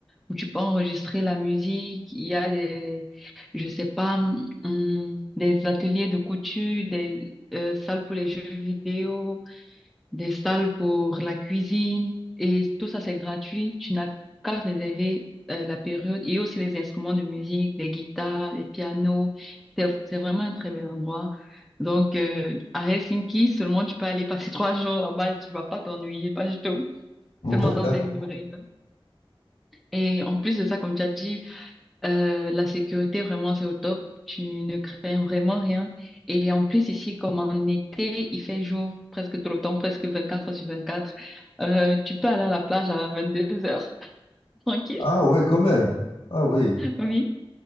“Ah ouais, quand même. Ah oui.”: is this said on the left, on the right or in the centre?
Left